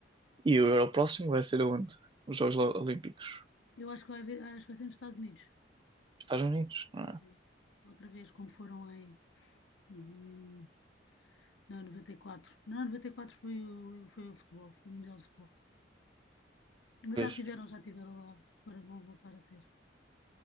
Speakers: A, on the right; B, on the left.
A: e agora o próximo vai ser aonde? Os Jogos Lo- Olímpicos.
B: Eu acho que vai haver, acho que vai ser nos Estados Unidos.
A: Estados Unidos? Ah,
B: Sim. Outra vez, como foram em hum, não, noventa e quatro Não, 94 foi o, foi o futebol, foi o Mundial de Futebol. Mas
A: pois.
B: já tiveram, já tiveram lá. Agora vão voltar a ter.